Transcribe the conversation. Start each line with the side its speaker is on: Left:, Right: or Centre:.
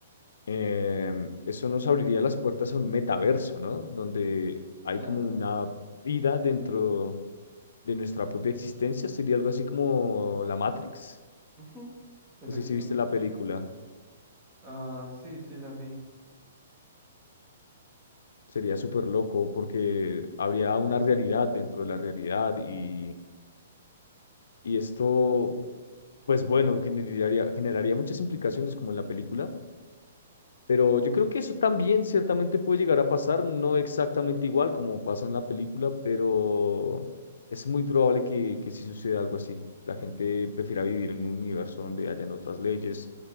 Left: em, eso nos abriría las puertas a un metaverso, ¿no? Donde hay
Right: Claro.
Left: como una vida dentro de nuestra propia existencia. Sería algo así como la Matrix.
Right: Ujú, Efectivamente.
Left: No sé si viste la película.
Right: Ah, sí, sí la vi.
Left: Sería súper loco porque habría una realidad dentro de la realidad y, y esto, pues bueno, generaría, generaría muchas implicaciones como en la película, Pero yo creo que eso también ciertamente puede llegar a pasar, no exactamente igual como pasa en la película, pero es muy probable que, que sí suceda algo así. La gente prefiera vivir en un universo donde hayan otras leyes,